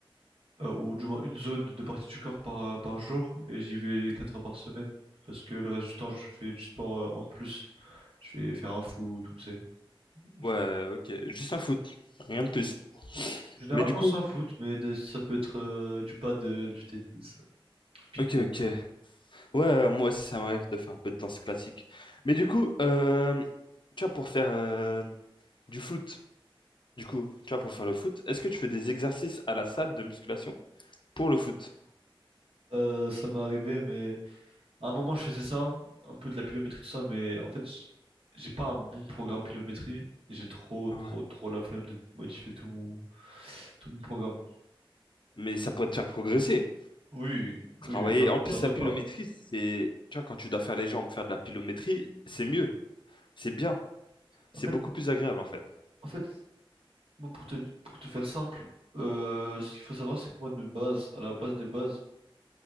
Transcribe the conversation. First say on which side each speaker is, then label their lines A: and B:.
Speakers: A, on the right; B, on the left.
A: euh, ou du moins une zone de partie du corps par, euh, par jour, et j'y vais quatre fois par semaine, parce que le reste du temps, je fais du sport euh, en plus. Je vais faire un foot, tout, tu sais. Je-
B: ouais, ok. Juste un foot, rien de plus.
A: Généralement,
B: Mais du coup,
A: c'est un foot, mais de- ça peut être euh, du paddle, du tennis, du ping-pong.
B: ok, ok. Ouais, moi aussi, ça m'arrive de faire un peu de danse classique. Mais du coup, euh, tu vois, pour faire euh, du foot, du coup, tu vois, pour faire le foot, est-ce que tu fais des exercices à la salle de musculation? pour le foot.
A: Euh, ça m'est arrivé, mais à un moment, je faisais ça, un peu de la pilométrie, tout ça, mais en fait, j- j'ai pas un bon programme pilométrie, et j'ai trop,
B: Ouais.
A: trop, trop la flemme de modifier tout mon, tout mon programme.
B: Mais ça pourrait te faire progresser.
A: Oui,
B: Travailler.
A: oui, j'en
B: En
A: j'en
B: plus,
A: doute
B: la pilométrie,
A: pas.
B: c'est. Tu vois, quand tu dois faire les jambes, faire de la pilométrie, c'est mieux. C'est bien.
A: En
B: C'est
A: fait,
B: beaucoup plus agréable, en fait.
A: en fait, Moi, pour te, pour te faire simple, euh, ce qu'il faut savoir, c'est que moi, de base, à la base des bases,